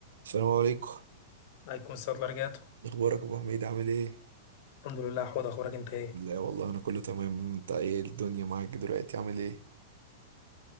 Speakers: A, on the right (about 80°); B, on the left (about 50°).
A: السلام عليكم
B: الله يكون صدر رجعته
A: اخبارك يا ابو حميد عامل ايه
B: الحمد لله حوض اخبارك انت ايه
A: لا والله انا كله تمام انت ايه الدنيا معاك دلوقتي عامل ايه